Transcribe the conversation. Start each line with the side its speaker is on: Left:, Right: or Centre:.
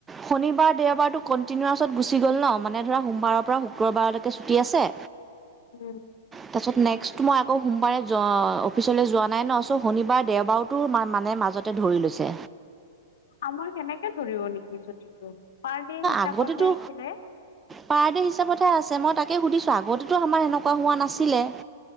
Right: শনিবাৰ দেওবাৰটো কণ্টিনিউছত গুচি গ'ল ন' মানে ধৰা সোমবাৰৰ পৰা শুক্ৰবাৰলৈকে ছুটি আছে।
Left: <unintelligible> উম
Right: পাছত নাই নেক্সট মই আকৌ সোমবাৰে অফিচলৈ যোৱা নাই ন চ' শনিবাৰ দেওবাৰতো মানে মাজতে ধৰি লৈছে
Left: আমাৰ সেনেকে ধৰিব নেকি ছুটিটো পাৰ দে হিচাপতহে
Right: আগতেতো
Left: আছিলে
Right: পাৰ ডে' হিচাপতহে আছে মই তাকে সুধিছোঁ আগতেতো আমাৰ এনেকুৱা হোৱা নাছিলে